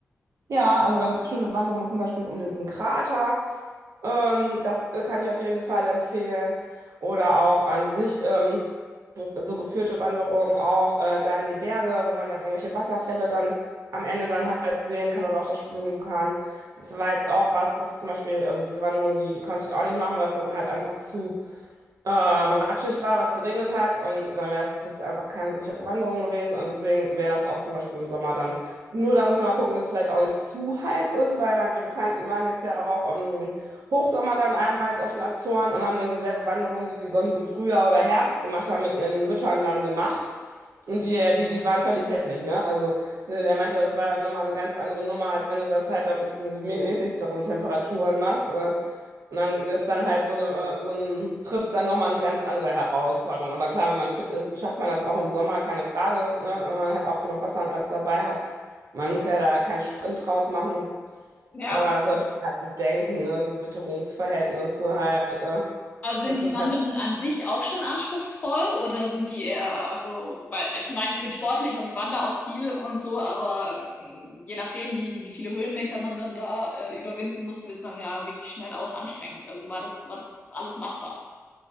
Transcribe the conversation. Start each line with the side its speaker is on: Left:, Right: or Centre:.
Right: Ja, also da gibt es schöne Wanderungen zum Beispiel um diesen Krater. Ähm, das äh, kann ich auf jeden Fall empfehlen. Oder auch an sich ähm, so geführte Wanderungen auch äh, da in die Berge, wo man dann irgendwelche Wasserfälle dann am Ende dann halt sehen kann oder auch da schwimmen kann. Das war jetzt auch was, was zum Beispiel, also diese Wanderung, die konnte ich auch nicht machen, was dann halt einfach zu äh, matschig war, was geregnet hat und dann wäre es jetzt einfach keine sichere Wanderung gewesen und deswegen wäre das auch zum Beispiel im Sommer dann. Nur da muss man mal gucken, dass es vielleicht auch nicht zu heiß ist, weil meine Bekannten waren jetzt ja auch im Hochsommer dann einmal jetzt auf den Azoren und haben dann dieselbe Wanderung, die die sonst im Frühjahr oder Herbst gemacht haben, mit ihren Müttern dann gemacht. Und die, äh, die, die waren völlig fertig, ne? Also der, der meinte, das war dann nochmal eine ganz andere Nummer, als wenn du das halt dann ein bisschen gemäßigteren Temperaturen machst. Äh, und dann ist dann halt so eine, äh, so ein Trip dann nochmal eine ganz andere Herausforderung. Aber klar, wenn man fit ist, schafft man das auch im Sommer, keine Frage, ne? Wenn man halt auch genug Wasser und alles dabei hat. Man muss ja da keinen Sprint draus machen.
Left: Ja,
Right: Aber
Left: verstehe.
Right: das sollte man halt bedenken, ne? So Witterungsverhältnisse halt, äh,
Left: Aber sind
Right: dass
Left: die
Right: das
Left: Wanderungen an sich auch schon anspruchsvoll oder sind die eher, also, weil ich meine, ich bin sportlich und ich wandere auch viel und so, aber mh, je nachdem, wie, wie viele Höhenmeter man dann da äh, überwinden muss, wird es dann ja wirklich schnell auch anstrengend. Also war das, war das alles machbar?